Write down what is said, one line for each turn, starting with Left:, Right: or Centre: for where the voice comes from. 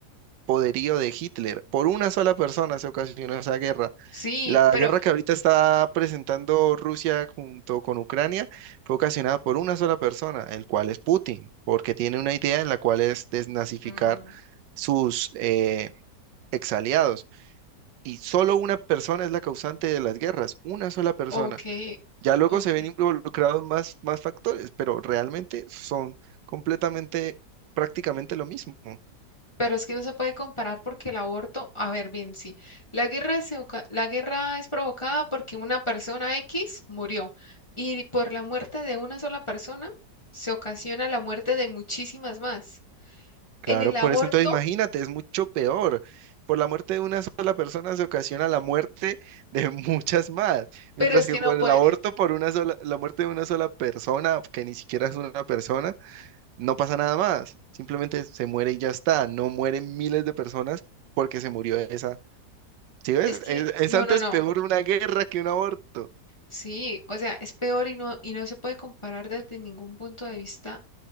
Right: poderío de Hitler. Por una sola persona se ocasionó esa guerra.
Left: Sí,
Right: La
Left: pero,
Right: guerra que ahorita está presentando Rusia junto con Ucrania fue ocasionada por una sola persona, el cual es Putin, porque tiene una idea en la cual es desnazificar
Left: mm,
Right: sus eh, exaliados. Y solo una persona es la causante de las guerras, una sola persona.
Left: ok,
Right: Ya luego
Left: ok.
Right: se ven involucrados más, más factores, pero realmente son completamente, prácticamente lo mismo.
Left: Pero es que no se puede comparar porque el aborto, a ver, bien, sí, la guerra es, oca- la guerra es provocada porque una persona X murió y por la muerte de una sola persona se ocasiona la muerte de muchísimas más.
Right: Claro,
Left: En el aborto,
Right: por eso entonces imagínate, es mucho peor. Por la muerte de una sola persona se ocasiona la muerte <laughs> de muchas más, mientras
Left: pero es
Right: que
Left: que
Right: con
Left: no puede,
Right: el aborto por una sola, la muerte de una sola persona, que ni siquiera es una persona, no pasa nada más. Simplemente se muere y ya está. No mueren miles de personas porque se murió esa. ¿Sí ves?
Left: es que,
Right: Es, es
Left: no,
Right: antes
Left: no, no,
Right: peor una guerra que un aborto.
Left: sí, o sea, es peor y no, y no se puede comparar desde ningún punto de vista